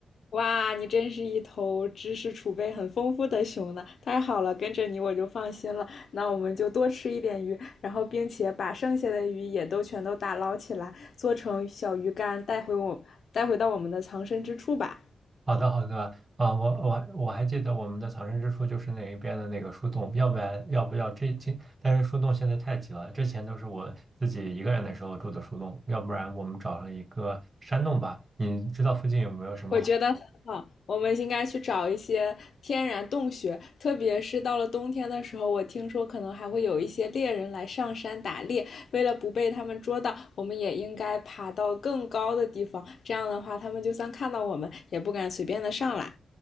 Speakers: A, on the left; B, on the right.
A: 哇，你真是一头知识储备很丰富的熊呢！太好了，跟着你我就放心了。那我们就多吃一点鱼，然后并且把剩下的鱼也都全都打捞起来，做成小鱼干，带回我，带回到我们的藏身之处吧。
B: 好的，好的，啊，我我我还记得我们的藏身之处就是那一边的那个树洞，要不然要不要这这，但是树洞现在太挤了，之前都是我自己一个人的时候住的树洞，要不然我们找上一个山洞吧。你知道附近有没有什么好？
A: 我觉得很好，我们应该去找一些天然洞穴，特别是到了冬天的时候，我听说可能还会有一些猎人来上山打猎。为了不被他们捉到，我们也应该爬到更高的地方，这样的话，他们就算看到我们，也不敢随便的上来。